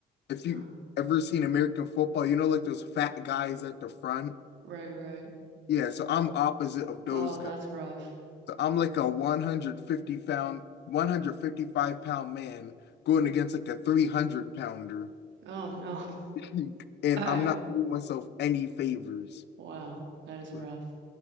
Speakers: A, on the left; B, on the right.
A: If you
B: Oh,
A: ever seen American football, you know, like those fat guys at the front.
B: right, right.
A: Yeah, so I'm opposite of those
B: Oh,
A: guys.
B: that's rough.
A: So I'm like a 150 pound, 155 pound man going against like a 300 pounder.
B: Oh, no.
A: <laughs>
B: <laughs>
A: and
B: I,
A: I'm not doing myself any favors.
B: wow, that
A: It's
B: is
A: like,
B: rough.